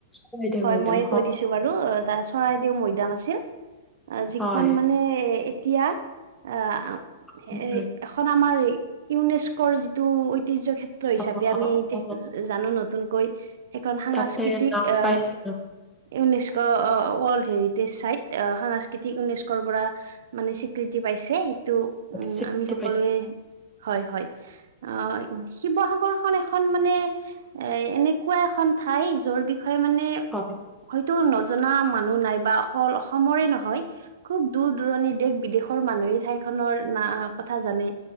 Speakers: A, in the centre; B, on the right.
A: কৈ দে
B: হয়
A: মৈদাম
B: মইয়ে কৈ দিছো বাৰু তাৰ চৰাইদেউ মৈদাম আছিল। অ যিখন
A: হয়
B: মানে এতিয়া। অ সেই
A: হয়।
B: এখন আমাৰ ইউনেস্কোৰ যিটো ঐতিহ্য ক্ষেত্ৰ হিচাপে
A: অ অ
B: আমি
A: অ
B: জা
A: অ অ।
B: জানো নতুনকৈ। সেইখন সাংস্কৃতিক
A: তাতে নাম
B: আহ
A: পাইছে
B: ইউনেস্কো ৱৰ্ল্ড। হেৰিতি চাইট সাংস্কৃতিক আ ঊনৈছকৰ পৰা মানে স্বীকৃতি পাইছে সেইটো উম
A: স্বীকৃতি
B: আমি সকলোৱে।
A: পাইছে
B: হয় হয় অ। শিৱসাগৰ খন এখন মানে এ এনেকুৱা এখন ঠাই যোৰ বিষয়ে মানে।
A: হয়
B: হয়তো নজনা মানুহ নাই বা অকল অসমৰে নহয়, খুব দূৰ-দূৰণি দেশ-বিদেশৰ মানুহেই ঠাইখনৰ না কথা জানে।